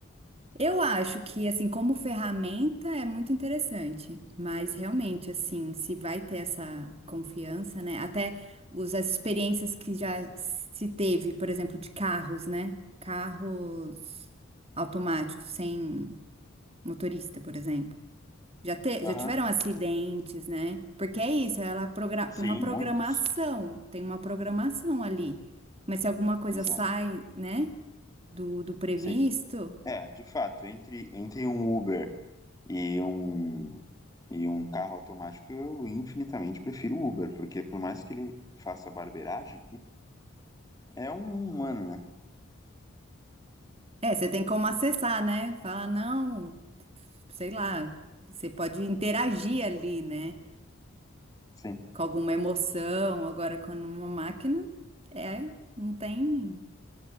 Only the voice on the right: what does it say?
Eu acho que, assim, como ferramenta é muito interessante, mas realmente, assim, se vai ter essa confiança, né? Até os, as experiências que já se teve, por exemplo, de carros, né? Carros automáticos, sem motorista, por exemplo. Já, te-
já tiveram acidentes, né? Porque é isso, ela progra-
tem uma programação,
tem uma programação ali. Mas se alguma coisa
sai, né, do, do previsto,
é, você tem como acessar, né? Falar, não, sei lá, você pode interagir ali, né?
Com alguma emoção. Agora, quando uma máquina, é, não tem